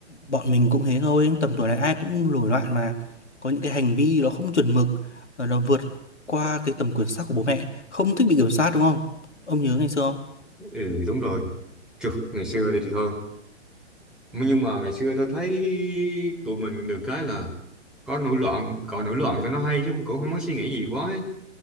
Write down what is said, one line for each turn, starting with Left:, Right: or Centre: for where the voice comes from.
Left: bọn mình cũng thế thôi tầm tuổi này ai cũng nổi loạn mà có những cái hành vi nó không chuẩn mực rồi nó vượt qua cái tầm kiểm soát của bố mẹ không thích bị kiểm soát đúng không ông nhớ ngày xưa không
Centre: ừ đúng rồi Chù, ngày xưa thì thôi nhưng mà ngày xưa tôi thấy tụi mình được cái là có nổi loạn cậu nổi loạn cho nó hay chứ cũng không có suy nghĩ gì quá ấy.